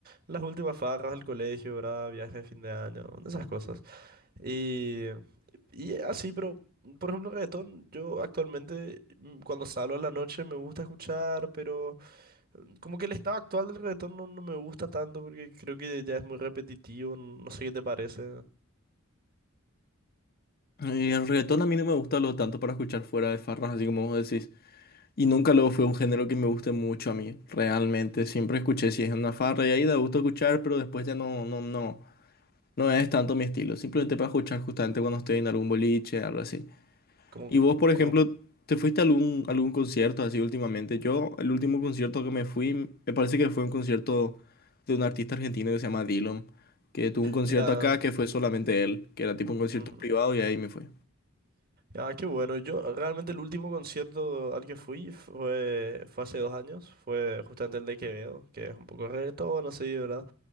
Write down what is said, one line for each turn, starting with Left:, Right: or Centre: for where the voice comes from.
Right: las últimas farras del colegio, ¿verdad? Viajes de fin de año, esas cosas. Y, y así, pero, por ejemplo, reggaetón, yo actualmente mm, cuando salgo en la noche me gusta escuchar, pero... Como que el estado actual del reggaetón no, no me gusta tanto porque creo que ya es muy repetitivo, no sé qué te parece.
Left: Y el reggaetón a mí no me gusta lo tanto para escuchar fuera de farras, así como vos decís. Y nunca lo fue un género que me guste mucho a mí, realmente. Siempre escuché si es una farra y ahí da gusto escuchar, pero después ya no, no, no, no es tanto mi estilo. Simplemente para escuchar justamente cuando estoy en algún boliche, algo así.
Right: Como,
Left: Y vos,
Right: co-
Left: por ejemplo,
Right: como,
Left: ¿te fuiste a algún, algún concierto así últimamente? Yo, el último concierto que me fui, me parece que fue un concierto de un artista argentino que se llama Dillom, que tuvo un concierto
Right: ya.
Left: acá que fue solamente él, que era tipo un concierto
Right: ujú.
Left: privado y ahí me fui.
Right: Ah, qué bueno. Yo realmente el último concierto al que fui fue, fue hace dos años, fue justamente el de Quevedo, que es un poco reggaetón, no sé, ¿verdad?